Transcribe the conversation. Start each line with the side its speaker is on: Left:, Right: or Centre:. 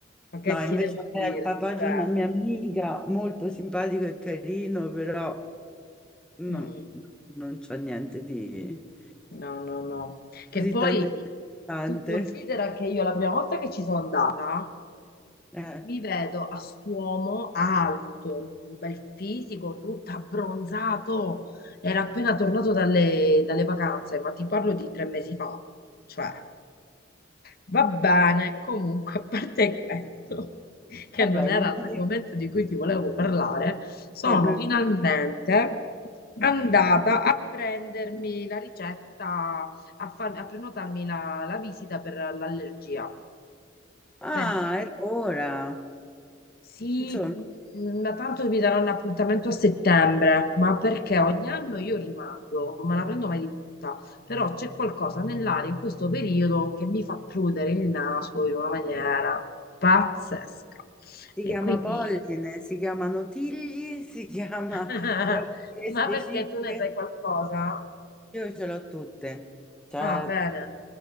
Left: ma che
Centre: No,
Left: ti
Centre: invece
Left: devo
Centre: è
Left: dire?
Centre: il papà
Left: Cioè,
Centre: di una mia amica, molto simpatico e carino, però non,
Left: mm,
Centre: non c'è niente di
Left: no, no, no. Che
Centre: così
Left: poi
Centre: tanto interessante.
Left: tu considera che io la prima volta che ci sono andata,
Centre: Eh,
Left: Mi vedo a st'uomo alto, un bel fisico, tutto abbronzato. Era appena tornato dalle, dalle vacanze, ma ti parlo di tre mesi fa. Cioè, va bene, comunque, a parte questo, che
Centre: vabbè,
Left: non era
Centre: il modo
Left: l'argomento
Centre: di-
Left: di cui ti volevo parlare, sono
Centre: eh,
Left: finalmente andata a prendermi la ricetta, a, farmi- a prenotarmi la, la visita per l'allergia.
Centre: Ah,
Left: Perché
Centre: e ora,
Left: Sì,
Centre: insomma,
Left: mh, ma tanto mi daranno appuntamento a settembre, ma perché ogni anno io rimando, non me la prendo mai di punta, però c'è qualcosa nell'aria in questo periodo che mi fa prudere il naso in una maniera pazzesca.
Centre: si
Left: E
Centre: chiama
Left: quindi,
Centre: polline, si chiamano tigli, <laughs> si chiama
Left: <laughs>
Centre: vuoi dire
Left: ma
Centre: specifiche?
Left: perché tu ne sai qualcosa?
Centre: Io ce l'ho tutte. Cioè,
Left: Ah, bene.